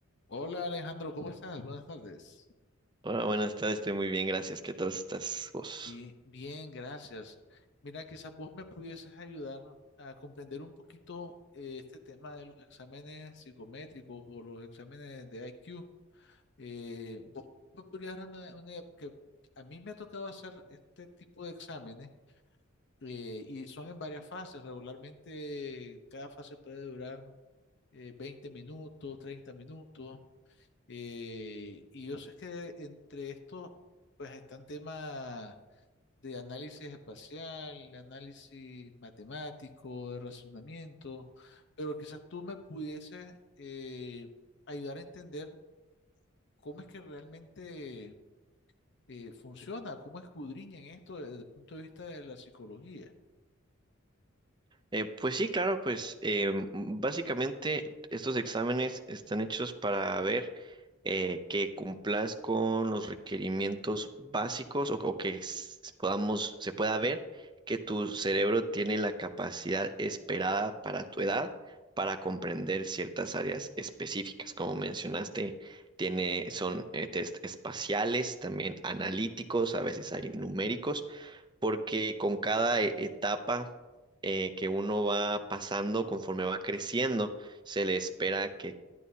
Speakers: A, on the left; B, on the right.
A: Hola Alejandro, ¿cómo estás? Buenas tardes.
B: Hola, buenas tardes, estoy muy bien, gracias. ¿Qué tal estás vos?
A: Bien, bien, gracias. Mira, quizás vos me pudieses ayudar a comprender un poquito eh, este tema de los exámenes psicométricos o los exámenes de IQ. Eh, vos me podrías dar una, una idea, porque a mí me ha tocado hacer este tipo de exámenes eh, y son en varias fases. Regularmente cada fase puede durar eh, 20 minutos, 30 minutos. Eh, y yo sé que entre estos, pues están temas de análisis espacial, de análisis matemático, de razonamiento, pero quizás tú me pudieses eh, ayudar a entender cómo es que realmente eh, funciona, cómo escudriñan esto desde el punto de vista de la psicología.
B: Eh, pues sí, claro, pues em, básicamente estos exámenes están hechos para ver eh, que cumplas con los requerimientos básicos o, o que s- podamos, se pueda ver que tu cerebro tiene la capacidad esperada para tu edad para comprender ciertas áreas específicas. Como mencionaste, tiene, son eh, test espaciales, también analíticos, a veces hay numéricos. porque con cada e- etapa eh, que uno va pasando, conforme va creciendo, se le espera que